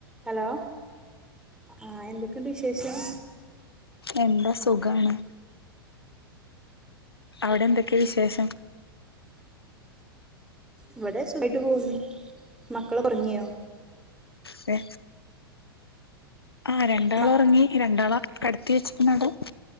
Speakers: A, in the centre; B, on the left.
A: Hello ആ എന്തൊക്കെയുണ്ട് വിശേഷം?
B: എന്താ സുഖാണ്. അവിടെ എന്തൊക്കെയ വിശേഷം?
A: ഇവിടെ സുഖായിട്ട് പോന്ന്. മക്കള് ഒറങ്ങിയോ?
B: തേ ആഹ രണ്ടാള്
A: മക്
B: ഒറങ്ങി രണ്ടാള കടത്തി വെച്ചിക്കുന്നതോ?